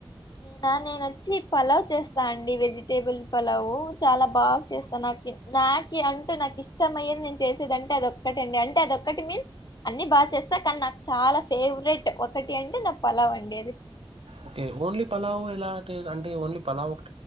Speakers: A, on the left (about 45°); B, on the right (about 80°).
A: నా నేనొచ్చి పలావ్ చేస్తా అండి వెజిటేబుల్ పలావు చాలా బాగా్ చేస్తా నాకు నాకి అంటూ నాకు ఇష్టం అయ్యేది నేను చేసేదంటే అదె టి అండి అంటే అదొటి మీన్స్ అన్ని బా చేస్తా కానీ నాకు చాలా ఫేవరెట్ ఒకటి అంటె నా పలావ్ వండేది
B: ఓకే ఓన్లీ పలావ్ ఎలా అంటే ఓన్లీ పలావ్ ఒక